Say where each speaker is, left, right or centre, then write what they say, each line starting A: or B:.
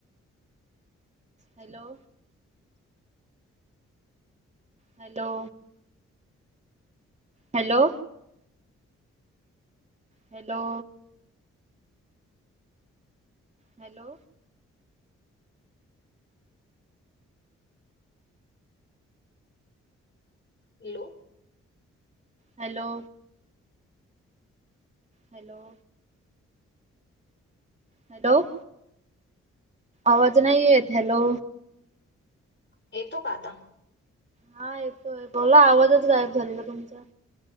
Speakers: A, on the right (about 25°); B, on the left (about 40°).
A: hello. Hello, hello. Hello. Hello
B: hello.
A: Hello. Hello hello. आवाज नाही येत. हॅलो
B: येतो का आता?
A: हा येतोय, बोला आवाजच गायब झालेला तुमचा.